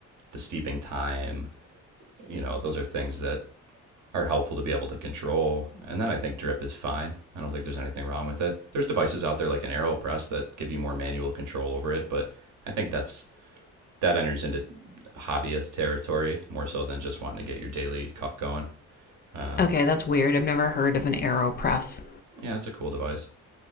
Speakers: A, on the right (about 75°); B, on the left (about 35°).
A: the steeping time, you know, those are things that are helpful to be able to control. And then I think drip is fine. I don't think there's anything wrong with it. There's devices out there like an AeroPress that give you more manual control over it, but I think that's that enters into hobbyist territory more so than just wanting to get your daily cup going. Um,
B: Okay, that's weird. I've never heard of an AeroPress.
A: yeah, it's a cool device.